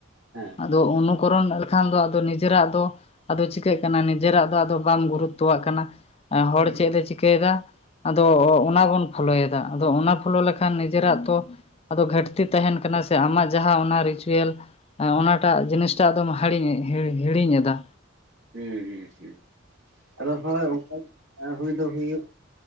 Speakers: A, on the right (about 65°); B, on the left (about 30°).
A: ᱦᱮᱸ
B: ᱟᱫᱚ
A: ᱦᱮᱸ
B: ᱚᱱᱩᱠᱚᱨᱚᱱ ᱞᱮᱠᱷᱟᱱ ᱫᱚ ᱟ ᱱᱤᱡᱮᱨᱟᱜ ᱫᱚᱼᱼ ᱟᱫᱚ ᱪᱤᱠᱟᱹᱜ ᱠᱟᱱᱟ ᱱᱤᱡᱮᱨᱟᱜ ᱫᱚ ᱟᱫᱚ ᱵᱟᱢ ᱜᱩᱨᱩᱛᱚ ᱣᱟᱜ ᱠᱟᱱᱟ ᱦᱚᱲ
A: ᱮᱠᱫᱚᱢ
B: ᱪᱮᱫ ᱫᱚ ᱪᱤᱠᱟᱹᱭᱮᱫᱟ ᱟᱫᱚ ᱚᱱᱟ ᱵᱚᱱ ᱯᱷᱳᱞᱳᱭᱮᱫᱟ ᱟᱫᱚ ᱚᱱᱟ ᱯᱷᱳᱞᱳ ᱞᱮᱠᱷᱟᱱ ᱱᱤᱡᱮᱨᱟᱜ ᱛᱚᱼᱼ ᱟᱫᱚ ᱜᱷᱟᱹᱴᱛᱤ ᱛᱟᱦᱮᱱ ᱠᱟᱱᱟ ᱥᱮ ᱟᱢᱟᱜ ᱡᱟᱦᱟᱸ ᱚᱱᱟ ᱨᱤᱪᱩᱭᱮᱞ, ᱚᱱᱟᱴᱟᱜ ᱡᱤᱱᱤᱥ ᱴᱟᱜ ᱟᱫᱚᱢ ᱦᱤᱲᱤᱧ ᱦᱤᱲᱤᱧᱮᱫᱟ
A: ᱦᱮᱸ ᱦᱮ ᱦᱸ ᱟᱫᱚ ᱦᱳᱭ ᱚᱱᱠᱟ ᱦᱩᱭ ᱫᱚ ᱦᱩᱭᱩᱜ